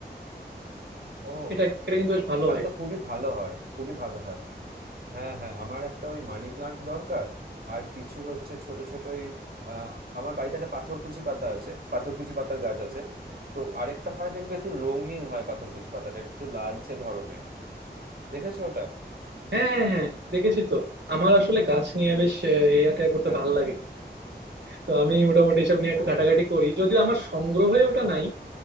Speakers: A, on the right; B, on the right.
A: ও
B: এটা এটা কিন্তু বেশ ভালো
A: তাহলে
B: হয়
A: তো খুবই ভালো হয় খুবই ভালো হয় হ্যাঁ হ্যাঁ আমার একটা ওই মানি প্লান্ট দরকার আর কিছু হচ্ছে ছোট ছোট ওই আহ, আমার বাড়িতে একটা পাথরকুচি পাতা আছে পাথরকুচি পাতার গাছ আছে তো আরেকটা হয় দেখবে একটু রঙিন হয় পাথরকুচি পাতাটা একটু লালচে ধরনের দেখেছো ওটা
B: হ্যাঁ হ্যাঁ হ্যাঁ দেখেছি তো আমার আসলে গাছ নিয়ে বেশ আহ, এই আটা করতে
A: হ্যাঁ
B: ভালো
A: ও
B: লাগে তো আমি মোটামুটি এসব নিয়ে
A: ও
B: একটু ঘাটাঘাটি করি যদিও আমার সংগ্রহে ওটা নাই